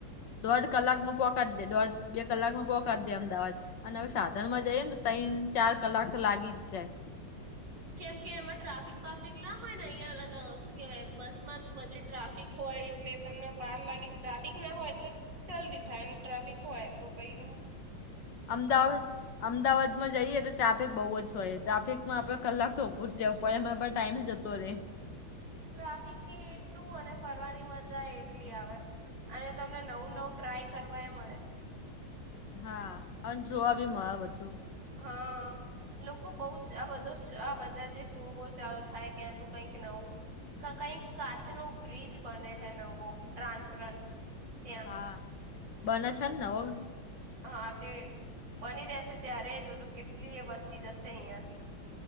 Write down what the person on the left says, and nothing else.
દોઢ કલાક માં પોખાત દે દોઢ બે કલાક માં પોહખાત દે અમદાવાદ. અને હવે સાધન માં જઈએ ને તો ત્રન ચાર કલાક તો લાગી જ જાય.
અમદાવાદ અમદાવાદ માં જઈએ એટલે ટ્રાફિક બઉુ જ હોય ટ્રાફિકમાં આપે કલાક તો ઉપર પે હરા પણ ટાઈમ જતોે રેય
હા અને જોવા બી મળે બધું.
હા બને છે, ને ઓ